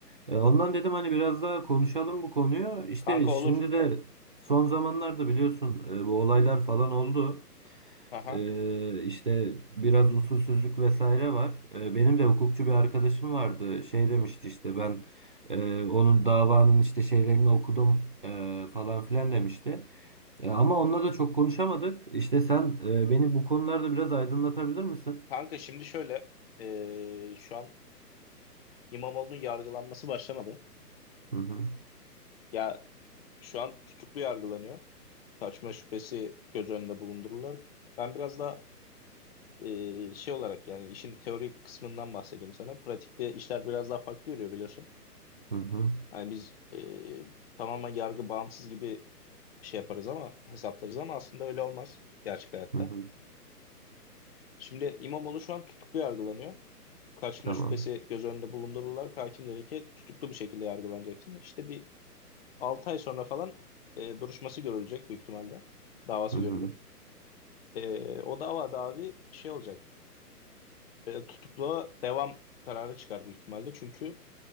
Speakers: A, on the right; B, on the left.
A: E, Ondan dedim hani biraz daha konuşalım bu konuyu. İşte
B: Kanka
A: şimdi
B: olur.
A: de son zamanlarda biliyorsun e, bu olaylar falan oldu.
B: Aha.
A: Ee, işte biraz usulsüzlük vesaire var. Ee, benim de hukukçu bir arkadaşım vardı. Şey demişti işte ben e, onun davanın işte şeylerini okudum e, falan filan demişti. E, ama onunla da çok konuşamadık. İşte sen e, beni bu konularda biraz aydınlatabilir misin?
B: Kanka şimdi şöyle eee, şu an İmamoğlu'nun yargılanması başlamadı.
A: Hı hı.
B: Ya şu an tutuklu yargılanıyor. Kaçma şüphesi göz önünde bulundurulur. Ben biraz daha eee, şey olarak yani işin teorik kısmından bahsedeyim sana. Pratikte işler biraz daha farklı yürüyor biliyorsun.
A: Hı hı.
B: Yani biz eee, tamamen yargı bağımsız gibi şey yaparız ama hesaplarız ama aslında öyle olmaz gerçek hayatta.
A: Hı hı.
B: Şimdi İmamoğlu şu an tutuklu yargılanıyor. kaçma
A: Tamam.
B: şüphesi göz önünde bulundurularak hakim dedi ki tutuklu bir şekilde yargılanacaksın. İşte bir 6 ay sonra falan e, duruşması görülecek büyük ihtimalle. Davası
A: Hı hı.
B: görülür. E, o davada abi şey olacak. E, tutukluğa devam kararı çıkar büyük ihtimalle. Çünkü